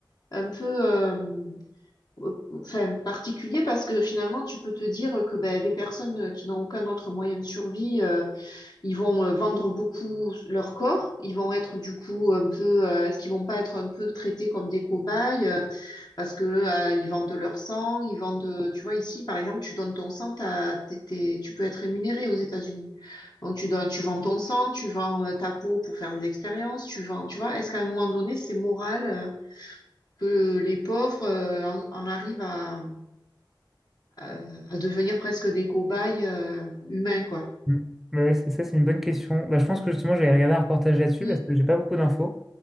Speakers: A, on the left; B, in the centre.
A: un peu, euh, euh, enfin, particuliers, parce que finalement, tu peux te dire que ben, des personnes euh, qui n'ont aucun autre moyen de survie, euh, ils vont euh, vendre beaucoup leur corps, ils vont être du coup un peu, euh, est-ce qu'ils vont pas être un peu traités comme des cobayes euh, parce que euh, ils vendent leur sang, ils vendent, euh, tu vois ici par exemple, tu donnes ton sang, t'as- t'es- t'es- tu peux être rémunéré aux États-Unis. Donc tu donnes, tu vends ton sang, tu vends euh, ta peau pour faire des expériences, tu vends, tu vois. Est-ce qu'à un moment donné c'est moral euh, que les pauvres euh, en, en arrivent à, à- à devenir presque des cobayes euh, humains quoi?
B: Mm. Bah Ouais, c'est ça, c'est une bonne question. Bah, je pense que justement, je vais regarder un reportage là-dessus
A: Hmm.
B: parce que j'ai pas beaucoup d'infos.